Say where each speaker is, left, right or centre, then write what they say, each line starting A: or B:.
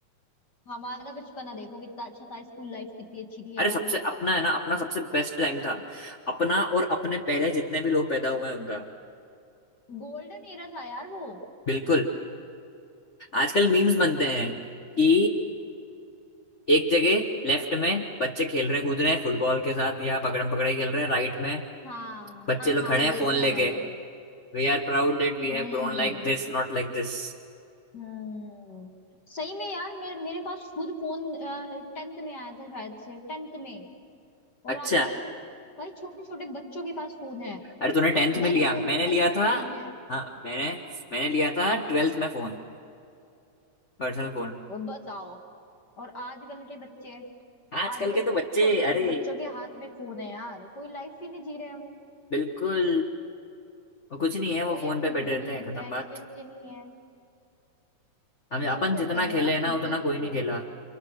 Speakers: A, on the left (about 35°); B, on the left (about 80°).
A: हमारा बचपना देखो कितना अच्छा था स्कूल लाइफ कितनी अच्छी थी हमारी
B: अरे सबसे अपना है ना अपना सबसे बेस्ट टाइम था अपना और अपने पहले जितने भी लोग पैदा हुए हैं उनका
A: गोल्डन एरा था यार वो
B: बिल्कुल आजकल मीम्स बनते हैं कि एक जगह लेफ्ट में बच्चे खेल रहे हैं कूद रहे हैं फुटबॉल के साथ या पकड़म पकड़ाई खेल रहे हैं राइट में
A: हाँ
B: बच्चे
A: हाँ
B: लोग
A: हाँ
B: खड़े हैं
A: देखे
B: फोन लेके
A: हैं मैंने
B: We are proud that we have
A: हम्म
B: grown like this not like this
A: हम्म सही में यार मेरे मेरे पास खुद फोन टेंथ में आया था शायद से टेंथ में और
B: अच्छा
A: आजकल भाई छोटे छोटे बच्चों के पास फोन है
B: अरे तूने टेंथ
A: मैंने
B: में लिया
A: फोन
B: मैंने
A: की लाइफ
B: लिया
A: ही
B: था
A: नहीं जी है
B: हाँ मैंने मैंने लिया था ट्वेल्थ में फोन पर्सनल फोन
A: और बताओ और आजकल के बच्चे
B: आजकल
A: आजकल
B: के तो बच्चे
A: छोटे छोटे
B: अरे
A: बच्चों के हाथ में फोन है यार कोई लाइफ ही नहीं जी रहे हैं वो
B: बिल्कुल वो कुछ नहीं है वो
A: कोई
B: फोन
A: एक्टिविटी
B: पे बैठे रहते
A: नहीं
B: हैं
A: करते
B: खत्म
A: हैं
B: बात
A: खेलते नहीं है
B: हम
A: कुछ
B: अपन
A: नहीं करते
B: जितना
A: हैं
B: खेले
A: यार
B: हैं
A: कुछ
B: ना
A: जी
B: उतना
A: नहीं
B: कोई
A: रहे
B: नहीं
A: हैं
B: खेला